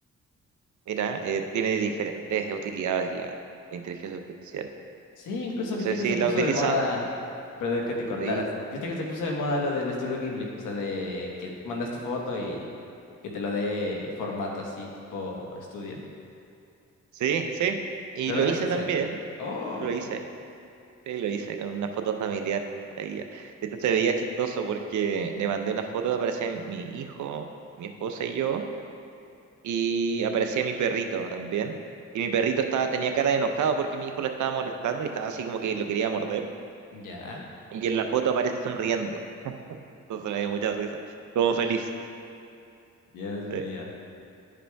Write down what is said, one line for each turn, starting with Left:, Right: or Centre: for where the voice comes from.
Right: Mira, eh, tiene diferentes utilidades la, la inteligencia artificial.
Left: Sí, incluso
Right: O
Left: viste
Right: sea,
Left: que
Right: si
Left: se
Right: la
Left: puso
Right: utilizas,
Left: de moda, perdón que te cortaras,
Right: sí,
Left: viste que se puso de moda lo del estudio Ghibli, o sea, de que mandas tu foto y que te lo dé formato así tipo estudio.
Right: sí, sí. Y
Left: ¿Lo
Right: lo
Left: lograste
Right: hice
Left: hacer?
Right: también,
Left: Oh,
Right: lo hice. Sí, lo hice con una foto familiar. Ahí. ah, De hecho, se veía chistoso porque le mandé una foto, aparecía mi, mi hijo, mi esposa y yo, y aparecía mi perrito también. Y mi perrito estaba, tenía cara de enojado porque mi hijo lo estaba molestando y estaba así como que lo quería morder.
Left: ya.
Right: Y en la foto aparece sonriendo. Entonces me dio mucha risa, como feliz.
Left: Dios mío,
Right: Sí,